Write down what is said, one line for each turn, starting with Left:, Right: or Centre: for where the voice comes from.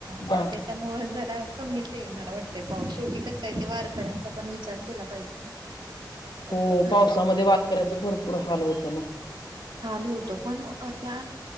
Right: मग
Left: बा
Right: त्याच्यामुळे जरा कमीच येईल मला वाटत. ते पाऊस शेवटी कसा आहे ते वारकऱ्यांचा पण विचार केला पाहिजे ना.
Left: हो
Right: असं
Left: पावसामध्ये वारकऱ्यांचा भरपूर हाल होत ना.
Right: चालू होत पण त्या